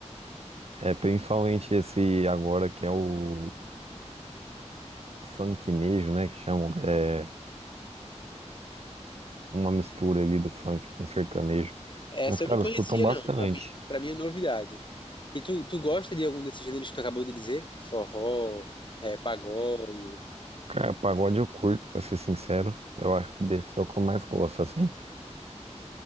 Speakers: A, on the right (about 60°); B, on the left (about 45°).
A: É, principalmente esse agora que é o funknejo, né? Que chamam. É uma mistura ali do funk com sertanejo.
B: Essa
A: Mas, cara,
B: eu não conhecia,
A: escutam bastante.
B: não. Pra mim, para mim é novidade. E tu, tu gosta de algum desses gêneros que tu acabou de dizer? Forró, é, pagode.
A: Cara, pagode eu curto, pra ser sincero. Eu acho que desse é o que eu mais gosto, assim.